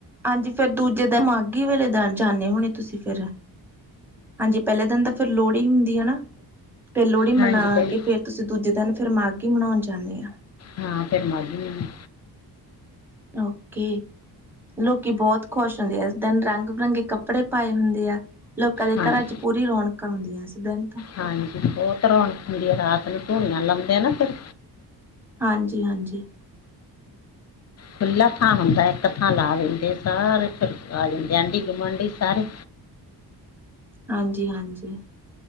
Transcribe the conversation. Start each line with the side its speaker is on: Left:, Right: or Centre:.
Centre: ਹਾਂਜੀ। ਫਿਰ ਦੂਜੇ ਦਿ, ਮਾਘੀ ਵੇਲੇ ਦੇ ਜਾਂਦੇ ਹੋਣੇ ਤੁਸੀਂ ਫਿਰ। ਹਾਂਜੀ, ਪਹਿਲੇ ਦਿਨ ਤਾਂ ਫਿਰ ਲੋਹੜੀ ਹੁੰਦੀ ਹਨਾ। ਤੇ ਲੋਹੜੀ
Left: ਹਾਂਜੀ
Centre: ਮਨਾ
Left: ਪਹਿਲੇ
Centre: ਕੇ ਫਿਰ ਤੁਸੀਂ ਦੂਜੇ ਦਿਨ ਫਿਰ ਮਾਘੀ ਮਨਾਉਂਣ ਜਾਂਨੇ ਆ।
Left: ਹਾਂ, ਫਿਰ ਮਾਘੀ ਮਨਾ
Centre: ਓਕੇ। ਲੋਕੀਂ ਬਹੁਤ ਖੁਸ਼ ਹੁੰਦੇ ਆ। ਉਸ ਦਿਨ ਰੰਗ-ਬਿਰੰਗੇ ਕੱਪੜੇ ਪਾਏ ਹੁੰਦੇ ਆ। ਲੋਕਾਂ ਦੇ
Left: ਹਾਂਜੀ
Centre: ਘਰਾਂ 'ਚ ਪੂਰੀ ਰੌਣਕਾਂ ਹੁੰਦੀਆਂ, ਇਸ ਦਿਨ ਤਾਂ
Left: ਹਾਂਜੀ। ਬਹੁਤ ਰੌਣਕ ਹੁੰਦੀ ਆ। ਰਾਤ ਨੂੰ ਧੂਣੀਆਂ ਲਾਉਂਦੇ ਆ ਨਾ ਫਿਰ
Centre: ਹਾਂਜੀ-ਹਾਂਜੀ।
Left: ਖੁੱਲਾ ਥਾਂ ਹੁੰਦਾ। ਇੱਕ ਥਾਂ ਲਾ ਲੈਂਦੇ ਆ। ਸਾਰੇ ਫਿਰ ਆ ਜਾਂਦੇ ਆਂਢੀ-ਗੁਆਂਢੀ ਸਾਰੇ।
Centre: ਹਾਂਜੀ-ਹਾਂਜੀ।